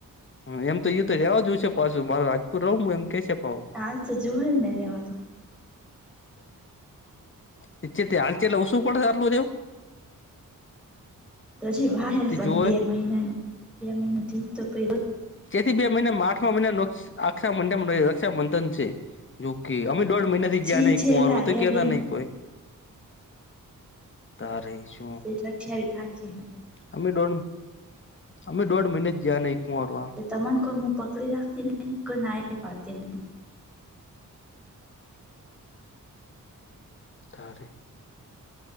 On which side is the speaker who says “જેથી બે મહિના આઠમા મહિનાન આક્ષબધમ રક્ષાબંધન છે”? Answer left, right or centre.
Left